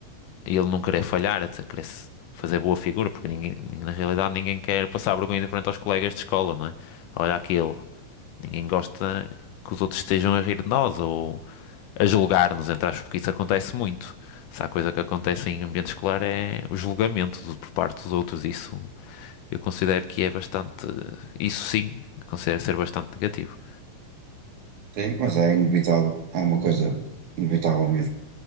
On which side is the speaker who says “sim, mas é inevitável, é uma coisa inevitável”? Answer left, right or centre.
Right